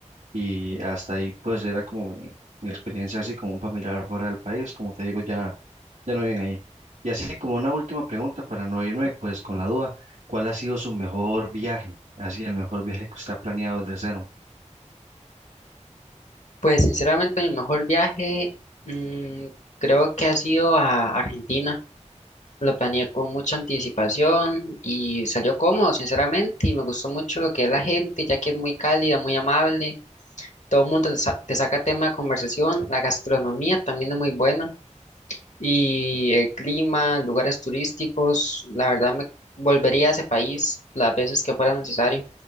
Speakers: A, on the right; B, on the left.
A: y hasta ahí pues era como mi, mi experiencia así como un familiar fuera del país, como te digo, ya, ya no viven ahí. Y así como una última pregunta para no irme pues con la duda, ¿cuál ha sido su mejor viaje? Así el mejor viaje que usted ha planeado desde cero.
B: Pues sinceramente mi mejor viaje mm, creo que ha sido a Argentina. Lo planeé con mucha anticipación y salió cómodo, sinceramente, y me gustó mucho lo que es la gente, ya que es muy cálida, muy amable, todo el mundo te, sa- te saca tema de conversación, la gastronomía también es muy buena, y el clima, lugares turísticos, la verdad me volvería a ese país las veces que fuera necesario